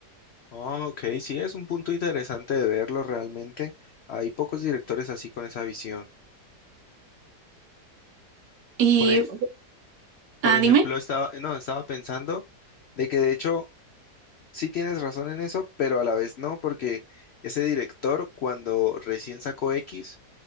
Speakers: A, on the left (about 80°); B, on the right (about 80°).
A: Ah, ok, sí, es un punto interesante de verlo realmente. Hay pocos directores así con esa visión.
B: Y,
A: Por, ej- por
B: ah,
A: ejemplo,
B: dime.
A: estaba, no, estaba pensando de que de hecho Sí tienes razón en eso, pero a la vez no, porque ese director cuando recién sacó X,